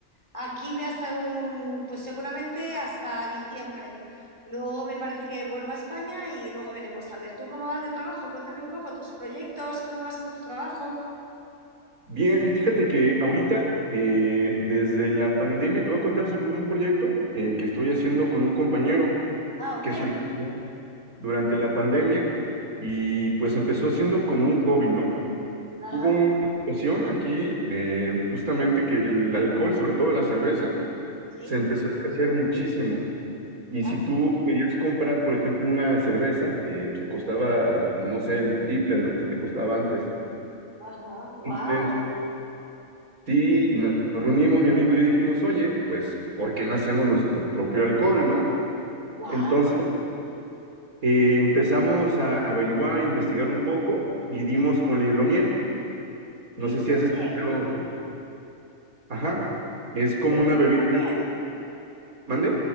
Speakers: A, on the right; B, on the right.
A: aquí voy a estar un, pues seguramente hasta diciembre. Luego me parece que vuelvo a España y luego veremos. A ver, ¿tú cómo vas de trabajo? Cuéntame un poco tus proyectos, cómo vas con tu trabajo.
B: Bien, fíjate que ahorita, eh, desde la pandemia, te voy a contar sobre un proyecto eh, que estoy haciendo con un compañero
A: Ah, ok.
B: que surgió durante la pandemia y pues empezó siendo como un hobby, ¿no?
A: Ajá,
B: Hubo una situación aquí de justamente que el alcohol, sobre todo la cerveza,
A: sí.
B: se empezó a escasear muchísimo. Y
A: Ah,
B: si tú
A: sí.
B: querías comprar, por ejemplo, una cerveza, eh, te costaba, no sé, el triple de lo que te costaba antes.
A: Ajá. Wow.
B: Entonces, sí, y nos reunimos, mi amigo y yo dijimos, oye, pues, ¿por qué no hacemos nuestro propio alcohol, no?
A: Wow.
B: Entonces, eh, empezamos a averiguar, investigar un poco y dimos con la hidromiel.
A: ¿Y
B: No sé
A: de
B: si has escuchado.
A: bien?
B: Ajá, es como
A: ¿Qué es
B: una bebida.
A: hidromiel?
B: ¿Mande?